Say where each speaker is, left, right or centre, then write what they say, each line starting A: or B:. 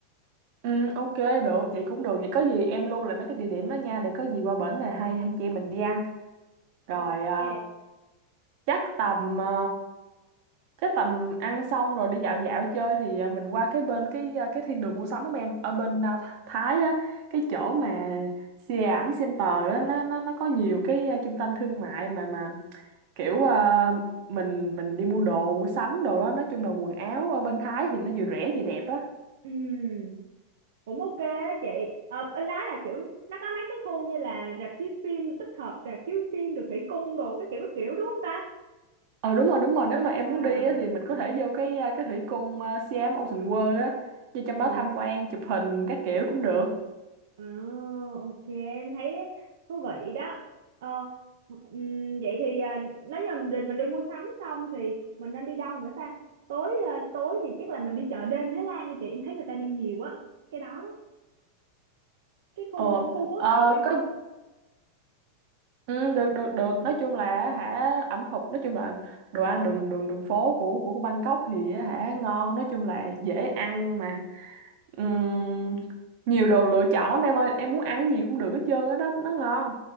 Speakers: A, on the right; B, on the right.
A: Ừ, ok được chị cũng được vậy có gì em lưu lại mấy cái địa điểm đó nha để có gì qua bển này hai hai chị em mình đi ăn
B: ok
A: rồi ờ, chắc tầm ờ, chắc tầm ăn xong rồi đi dạo dạo chơi thì ờ, mình qua cái bên cái ờ, cái thiên đường mua sắm của em ở bên ờ, Thái á cái chỗ mà Siam Center á nó nó nó có nhiều cái ờ, trung tâm thương mại mà mà kiểu ờ, mình mình đi mua đồ mua sắm đồ đó nói chung là quần áo ở bên Thái thì nó vừa rẻ vừa đẹp á
B: Ừm, cũng ok á chị ờ, bên đó là kiểu nó có mấy cái khu như là rạp chiếu phim tích hợp rạp chiếu phim rồi thủy cung đồ các kiểu các kiểu đúng không ta
A: ờ đúng rồi đúng rồi nếu mà em muốn
B: Wow.
A: đi á, thì mình có thể vô cái à, cái thủy cung à, Siam Ocean World á vô trong
B: Ừ.
A: đó tham quan chụp hình các kiểu cũng được
B: à ok em thấy thú vị đó Ờ, ừm, vậy thì à, nếu như mình định mình đi mua sắm xong thì mình nên đi đâu nữa ta tối à, tối thì chắc là mình đi chợ đêm Thái Lan đi chị em thấy người ta đi nhiều quá cái đó đó cái khu
A: ờ
B: khu phố
A: ờ,
B: tàu Bangkok
A: có ừ, được được được nói chung là hả ẩm thực nói chung là đồ ăn đường đường đường phố của của, của Bangkok thì á, hả ngon nói chung là dễ ăn mà Ừm, nhiều đồ lựa chọn lắm em ơi em muốn ăn cái gì cũng được hết trơn á đó nó ngon